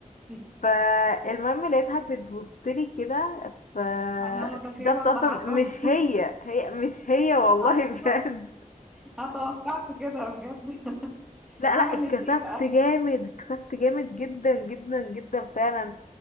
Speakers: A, in the centre; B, on the left (about 65°).
A: <laughs>
B: فالمهم لقيتها بتبصلي كده فاكتشفت
A: أنا متخيلة اللي
B: اصلا
A: حصل
B: مش هي هي مش هي
A: <laughs>
B: والله
A: أصلا
B: <laughs> بجد
A: أتوقعت كده بجد <laughs>
B: لا
A: عملت
B: لا اتكسفت
A: إيه بقى؟
B: جامد اتكسفت جامد جدا جدا جدا فعلا